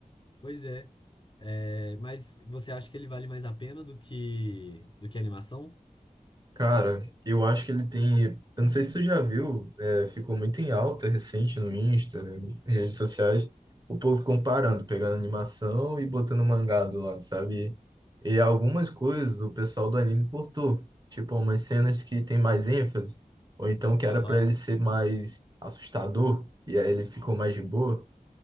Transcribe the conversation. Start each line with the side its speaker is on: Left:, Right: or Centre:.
Left: pois é. É, Mas você acha que ele vale mais a pena do que do que a animação?
Right: Cara, eu acho que ele tem. Eu não sei se tu já viu, é, ficou muito em alta recente no Insta, né, redes sociais, o povo comparando, pegando animação e botando mangá do lado, sabe? E algumas coisas o pessoal do anime cortou, tipo umas cenas que tem mais ênfase, ou então que era
Left: Aham,
Right: pra ele ser mais assustador, e aí ele ficou mais de boa